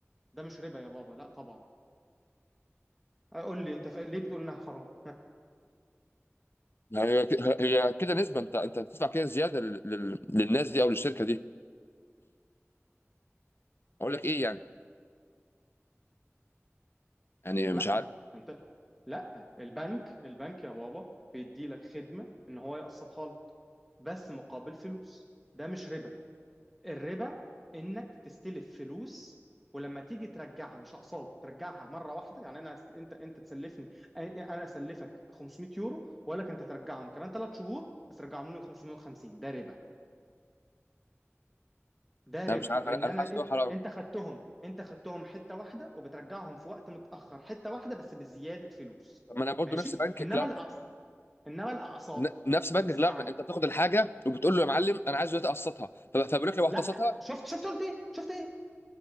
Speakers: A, in the centre; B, on the left (about 55°).
A: ده مش ربا يا بابا لا طبعا قول لي أنت ف- ليه بتقول إنها حرام
B: يعني هي ك- هي كده نسبه انت انت بتدفع كده زياده لل- لل- للناس دي او للشركه دي اقول لك ايه يعني يعني مش
A: لا
B: عارف
A: انت لا البنك البنك يا بابا بيدي لك خدمة ان هو يقسطها لك بس مقابل فلوس ده مش ربا الربا انك تستلف فلوس ولما تيجي ترجعها مش اقساط ترجعها مره واحده يعني انا انت انت تسلفني انا اسلفك 500 يورو واقول لك انت ترجعهم كمان ثلاث شهور بس رجعهم لي 550 ده ربا ده ربا
B: انا مش عارف
A: لان
B: انا انا
A: انا
B: حاسس
A: انت
B: ان هو حرام
A: انت خدتهم انت خدتهم حته واحده وبترجعهم في وقت متاخر حته واحده بس بزياده فلوس
B: طب ما انا برضه
A: ماشي
B: نفس بنك
A: انما
B: كلارنا
A: الاقساط انما الاقساط
B: ن- نفس بنك
A: انت اسمعني
B: كلارنا انت بتاخد الحاجه وبتقول له يا معلم انا عايز دلوقتي اقسطها فب- فبيقول لك لو هتقسطها
A: لا شفت شفت قلت ايه شفت ايه